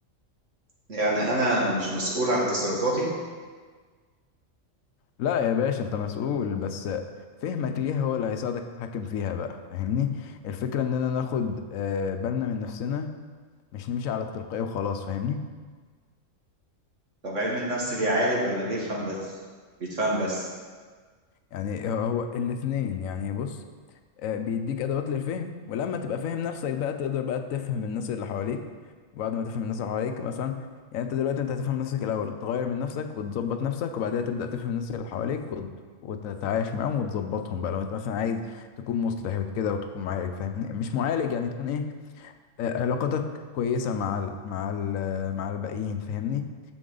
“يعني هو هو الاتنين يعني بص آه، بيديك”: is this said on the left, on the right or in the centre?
Left